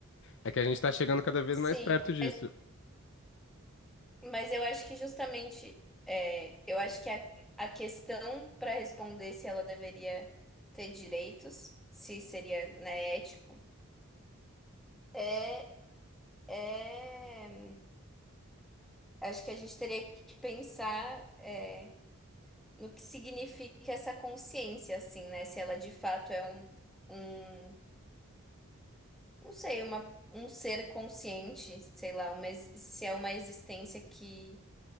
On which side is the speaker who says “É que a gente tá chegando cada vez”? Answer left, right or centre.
Left